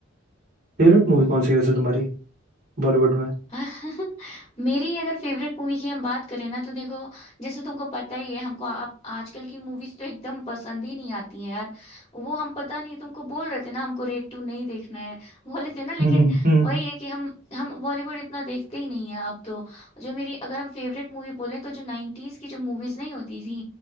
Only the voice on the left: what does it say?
हम्म
<laughs> मेरी अगर फेवरेट मूवी की हम बात करें ना तो देखो जैसे तुमको पता ही है हमको आप आजकल की मूवीज तो एकदम पसंद ही नहीं आती हैं यार वो हम पता नहीं तुमको बोल रहे थे ना हमको रेड टू नहीं देखना है बोले थे ना लेकिन
वही है कि हम हम बॉलीवुड इतना देखते ही नहीं है अब तो जो मेरी अगर हम फेवरेट मूवी बोले तो जो नाइन्टीज की जो मूवीज नहीं होती थी